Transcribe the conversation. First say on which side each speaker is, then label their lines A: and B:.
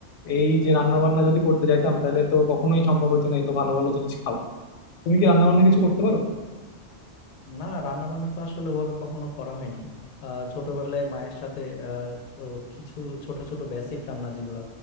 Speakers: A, on the left; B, on the left.
A: এই যে রান্না বান্না যদি করতে যাইতাম তাহলে তো কখনোই সম্ভব হতো না এত ভালো ভালো জিনিস খাওয়া তুমি কি রান্না বান্না কিছু করতে পারো
B: না রান্না বান্না তো আসলে ওভাবে কখনো করা হয়নি আহ, ছোটবেলায় মায়ের সাথে আহ, তো কিছু ছোট ছোট বেসিক রান্না যেগুলো